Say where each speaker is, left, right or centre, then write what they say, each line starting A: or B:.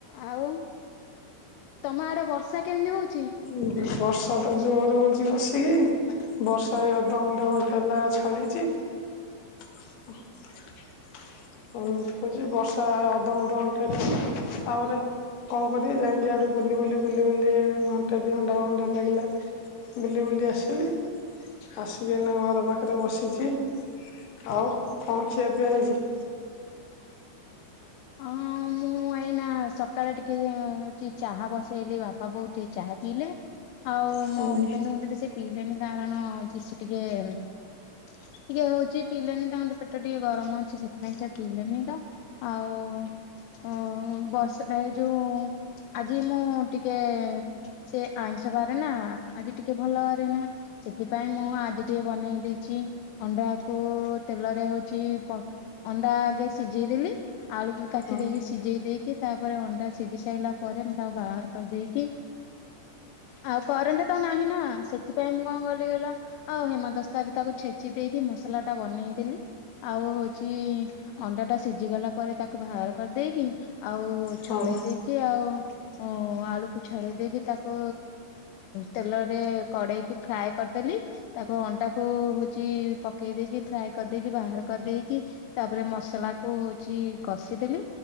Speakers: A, on the left (about 80°); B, on the left (about 70°).
A: ଆଉ ତମ ଆଡେ ବର୍ଷା କେମିତି ହଉଛି?
B: ଉ ବର୍ଷା ତ ଜୋର ହଉଛି ବସିକି ବର୍ଷା ଏ ଅଧଘଣ୍ଟା ଘଣ୍ଟା ହେଲା ଛାଳିଛି ହ <unintelligible> ଏମିତିଛି ବର୍ଷା ଅଧଘଣ୍ଟା ଘଣ୍ଟ ପରେ ତାପରେ କଣ କର ଯାଇକି ଆଡେ ବୁଲି ବୁଲି ବୁଲି ବୁଲି ଘଣ୍ଟା ଦି ଘଣ୍ଟା ଘଣ୍ଟା ଟେ ଲାଗିଲା ବୁଲି ବୁଲି ଆସିଲି ଆସିକିନା ଘର ପାଖରେ ବସିଛି ଆଉ କଣ ଖିଆ ପିଆ ହେଇଛି?
A: ହଁ ମୁଁ ଆଇ ନା ସକାଳେ ଟିକେ ହଉଛି ଚାହା ବସେଇଲି ବାପା ବୋଉ ଟିକେ ଚାହା ପିଇଲେ। ଆଉ
B: ହୁଁ
A: ମୋ ଇଭ କୁଥିଲ ସେ ପିଇଲେଣିି କାରଣ ଜି ସେ ଟିକେ ଟିକେ ହଉଛି ପିଇଲେନି ତାଙ୍କର ପେଟ ଟିକେ ଗରମ ଅଛି, ସେଥିପାଇଁ ସେ ପିଇଲେନି ତ। ଆଉ ହଉ ବର୍ଷ ଏଇ ଯୋଉ, ଆଜି ମୁଁ ଟିକେ ସେ ଆଇଁଷ ବାରେ ନା, ଆଜି ଟିକେ ଭଲ ବାରେ ନା ସେଥିପାଇଁ ମୁଁ ଆଜି ଟିକେ ବନେଇ ଦେଇଛି, ଅଣ୍ଡାକୁ ତେଲରେ ହଉଛି ଅଣ୍ଡା ଆଗେ ସିଝେଇଦେଲି, ଆଳୁକୁ କାଟି
B: ହଁ
A: ଦେଇକି ସିଝେଇ ଦେଇକି ତାପରେ ଅଣ୍ଡା ସିଝି ସାରିଲା ପରେ, ମୁଁ ତାକୁ ବାହାର କରିଦେଇକି ଆଉ କରେଣ୍ଟ ତ ନାହିଁ ନା, ସେଥିପାଇଁ ମୁଁ କଣ କଲି କହଲ? ଆଉ ହେମଦସ୍ତାରେ ତାକୁ ଛେଚି ଦେଇକି ମସଲା ଟା ବନେଇଦେଲି। ଆଉ ହଉଛି ଅଣ୍ଡା ଟା ସିଝି ଗଲା ପରେ ତାକୁ ବାହାର କରିଦେଇକି ଆଉ
B: ହଁ
A: ଛଡେଇ ଦେଇକି, ଆଉ ଆଳୁକୁ ଛଡେଇ ଦେଇକି ତାକୁ ତେଲରେ କଡେଇକି ଫ୍ରାଏ କରିଦେଲି। ତାକୁ ଅଣ୍ଡା କୁ ହଉଛି ପକେଇ ଦେଇକି, ଫ୍ରାଏ କରିଦେଇକି, ବାହାର କରିଦେଇକି ତାପରେ ମସଲା କୁ ହଉଛି କଷିଦେଲି,